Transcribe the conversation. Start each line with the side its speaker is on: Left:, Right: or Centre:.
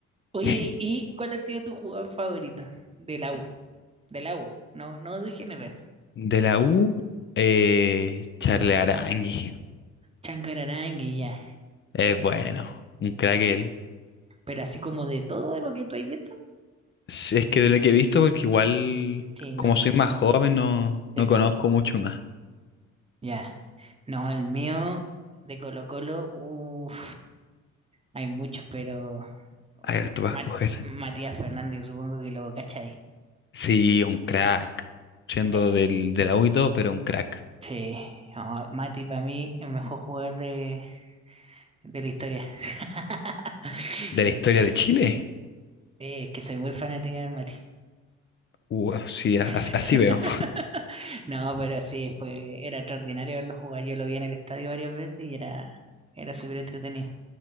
Right: Oye,
Left: <laughs>
Right: ¿y cuál ha sido tu jugador favorito de la U? De la U, no, no de general.
Left: De la U, eh, Charle Arangui.
Right: Chancararangue, ya.
Left: Es bueno, un crack él.
Right: Pero así como de todo lo que tú has visto.
Left: Sí, Es que de lo que he visto, porque igual,
Right: Sí, no,
Left: como
Right: po.
Left: soy más joven, no,
Right: Sí,
Left: no
Right: po.
Left: conozco mucho más.
Right: Ya. No, el mío de Colo Colo, uff, hay muchos, pero
Left: A ver, tú
Right: Mat-
Left: vas a escoger.
Right: Matías Fernández, supongo que lo cachai.
Left: Sí, un crack. Siendo
Right: Sí,
Left: del, de la U y todo, pero un crack.
Right: sí. No, Mati para mí el mejor jugador de, de la historia. <laughs>
Left: ¿De la historia de Chile?
Right: Sí, Es que soy muy fanática del Mati.
Left: Uh, sí, a-
Right: <laughs>
Left: as- así veo.
Right: No, pero sí, fue, era extraordinario verlo jugar. Yo lo vi en el estadio varias veces y era, era súper entretenido.